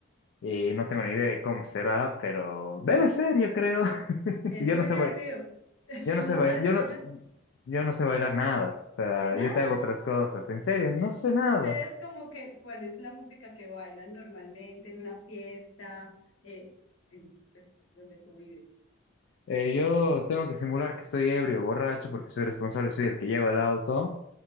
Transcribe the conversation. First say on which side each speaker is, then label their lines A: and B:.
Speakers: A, on the left; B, on the left.
A: y no tengo ni idea de cómo será, pero debe ser, yo creo. <laughs>
B: Es
A: Yo
B: muy
A: no sé,
B: divertido.
A: bai-
B: <laughs>
A: yo no sé
B: ¿No
A: bailar,
B: sabes
A: yo
B: bailar?
A: no, yo no sé bailar nada. O sea,
B: Nada,
A: yo
B: nada.
A: te hago otras cosas. En serio, no sé
B: Ustedes
A: nada.
B: como que, ¿cuál es la música que bailan normalmente en una fiesta? Eh, en, pues, donde tú vives.
A: Eh, yo tengo que simular que estoy ebrio, borracho, porque soy responsable, soy el que lleva el auto.